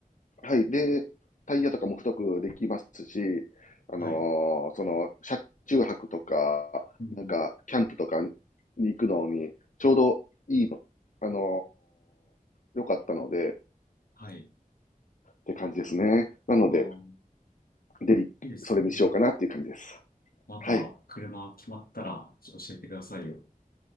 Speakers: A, on the left; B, on the left.
A: はい。で、タイヤとかも太くできますし、あのーその、
B: はい。
A: 車中泊とか、
B: うん。
A: なんか、キャンプとかに行くのに、ちょうどいいの、あのー良かったので、っ
B: はい。
A: て感じですね。なので、
B: あー、
A: デリ、
B: いいですね。
A: それにしようかなっていう感じです。
B: また、
A: はい。
B: 車決まったら、ちょっと教えてくださいよ。